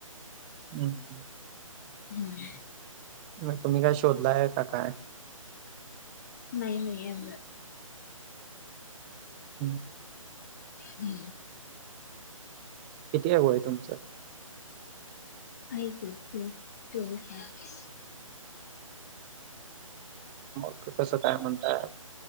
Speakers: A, on the right (about 15°); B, on the left (about 30°).
A: हम्म
B: हम्म.
A: मग तुम्ही काय शोधलाय का काय?
B: नाही नाही. <unintelligible>
A: हम्म.
B: हम्म.
A: किती आहे वय तुमचं?
B: <unintelligible> चोवीस आहे.
A: मग कसं काय म्हणताय?